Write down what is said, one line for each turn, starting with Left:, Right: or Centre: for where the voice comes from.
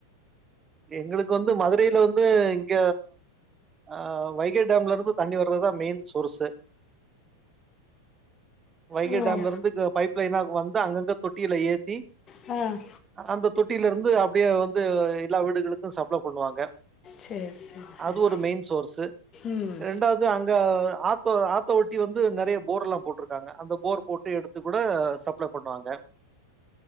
Right: எங்களுக்கு வந்து மது இடையில வந்து இங்க ஆ வைகை டேம்ல இருந்து தண்ணி வர்றதுதா மெயின் சோர்ஸு வைகை
Left: ஓ
Right: டாம்ல இருந்து பைப் லைனா வந்து அங்கங்க தொட்டியில ஏத்தி
Left: அ
Right: அந்த தொட்டில இருந்து அப்டியே வந்து எல்லா வீடுகளுக்கு சப்ள பண்ணுவாங்க
Left: சரி சரி சரி
Right: அது ஒரு மெயின் சோர்ஸூ
Left: ம்
Right: ரெண்டாவது அங்க ஆத்த ஆத்த ஒட் டி வந்து நெறைய போர் எல்லாம் போட்டிருக்காங்க அந்த போர் போட்டு எடுத்து கூட சப்ள பண்ணுவாங்க